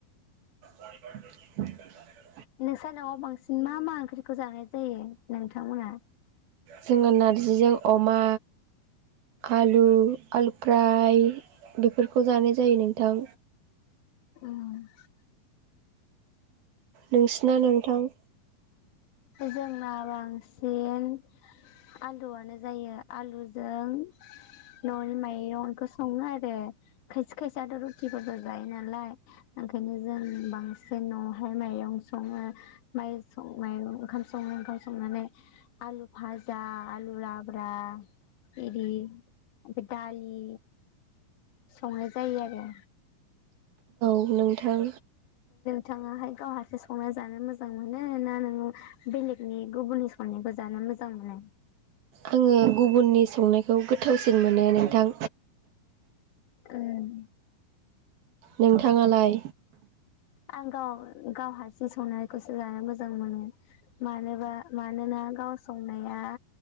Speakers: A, on the right; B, on the left.
A: <inaudible>
B: नोंसा न'आव बांसिन मा-मा ओंख्रि खौ जानाय जायो नोंथांमोना?
A: जोङो नारजिजों अमा, आलु, आलु फ्राय बेफोरखौ जानाय जायो नोंथां।
B: उम <unintelligible>
A: नोंसिना नोंथां?
B: जोंना रां बांसिन आलुआनो जायो आलुजों न'नि माइरंखौ सङो आरो खायसे खायसेथ' रुटिफोरबो जायो नालाय ओंखायनो जों बांसिन न'आवहाय माइरं सङो माइ माइरं ओंखाम सङो ओंखाम संनानै आलु भाजा आलु लाब्रा इदि ओमफ्राय दालि संनाय जायो आरो।
A: नों थां
B: थाङाहाय गावहारसि संना जानो मोजां मोनो ना नोंङो बेलेगनि गुबुननि संनायखौ जानो मोजां मोनो?
A: आङो गुबुननि संनायखौ गोथावसिन मोनो नोंथां।
B: ओम
A: नोंथाङालाय?
B: आं गाव गाव हारसिं संनायखौसो जानो मोजां मोनो मानोबा मानोना गाव संनाया